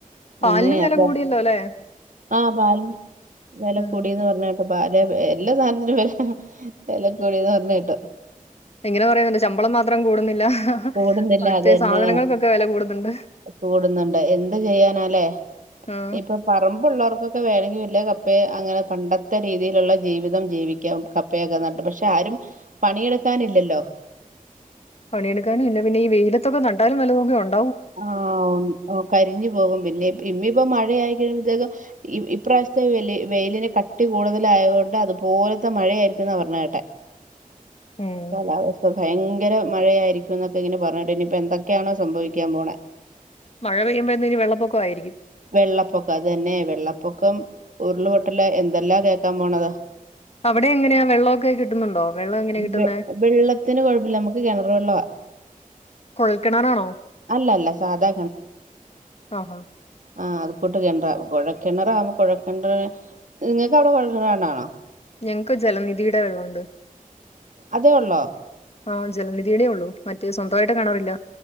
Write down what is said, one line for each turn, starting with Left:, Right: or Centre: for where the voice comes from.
Left: പാലിനും
Right: അങ്ങനെയാ
Left: വില
Right: അപ്പൊ
Left: കൂടിയാൽ അല്ലേ
Right: ആ ഹ പാൽ വില
Left: ഉം
Right: കൂടന്ന് പറഞ്ഞ കേട്ടോ പാ എല്ലാ സാധനത്തിനും വി <unintelligible> വെലക്കൂടിന്ന് പറഞ്ഞ കേട്ടോ
Left: ഇങ്ങനെ പറയുന്നുണ്ട് ശമ്പളം മാത്രം കൂടുന്നില്ല
Right: കൂടുന്നില്ല
Left: മറ്റേ
Right: അത് തന്നെ
Left: സാധനങ്ങൾക്കൊക്കെ വില കൂടുന്നുണ്ട്
Right: കൂടുന്നുണ്ട് എന്ത് ചെയ്യാനാലേ
Left: ആഹ്
Right: ഇപ്പൊ പറമ്പള്ളവർക്കൊക്കെ വേണെങ്കിൽ കപ്പയെ അങ്ങനെ പണ്ടത്തെ രീതിയിലുള്ള ജീവിതം ജീവിക്കാം കപ്പയൊക്കെ നട്ട് പക്ഷെ ആരും പണിയെടുക്കാനില്ലല്ലോ
Left: എടുക്കാനുമില്ലപിന്നെ വെയിലത്തൊക്കെ നട്ടലു വെല്ല തൊക്കെ ഉണ്ടാ
Right: ആ കരിഞ്ഞു പോകും പിന്നെ <unintelligible> ഇപ്പൊ മഴയായി കഴുമ്പഴത്തേക്കും ഇപ്രാവശ്യത്തെ വ വെയിലിന്റെ കട്ടി കൂടുതല ആയതുകൊണ്ട് അതുപോലത്തെ മഴയായിരിക്കും എന്നാ പറഞ്ഞ കേട്ടെ
Left: ഉം
Right: കലാവസ്ഥ ഭയങ്കര മഴയായിരിക്കും എന്നൊക്കെ ഇങ്ങനെ പറഞ്ഞിട്ട്ന്നനി ഇപ്പൊ എന്തൊക്കെയാണോ സംഭവി ക്കാപോണ
Left: മഴ പെയ്യുമ്പോഴത്തേക്ക് വെള്ളപ്പൊക്കംയിരിക്കും
Right: വെള്ളപ്പൊക്കം അത് തന്നെ വെള്ളപ്പൊക്കം ഉരുളപൊട്ടല എന്തെല്ലാ കേക്കാൻ പോണത്
Left: അവിടെ എങ്ങനെയാ വെള്ളൊക്കെ കിട്ടുന്നുണ്ടോ വെള്ളം എങ്ങനെയാ കിട്ടുന്ന
Right: വെ- വെള്ളത്തിന് കുഴപ്പമില്ല നമുക്ക് കിണർ വെള്ളവാ
Left: കൊഴൽക്കിണാറാണോ
Right: അല്ല അല്ല സാധാ
Left: ആ ഹ
Right: ആഹ് അത് കൂട്ട് കിണറ കോഴക്കിണർ ആമ്പോ കോഴിണറിന് നിങ്ങൾക്ക് അവിടെ കോഴൽക്കിണർണാണോ
Left: ഞങ്ങക്ക് ജലനിധിടെ വെള്ളുണ്ട്
Right: അതേ ഉള്ളോ
Left: ആ ജലനിധിയടെേ ഉള്ളൂ മറ്റ സ്വന്തമായിട്ട് കാണാറില്ല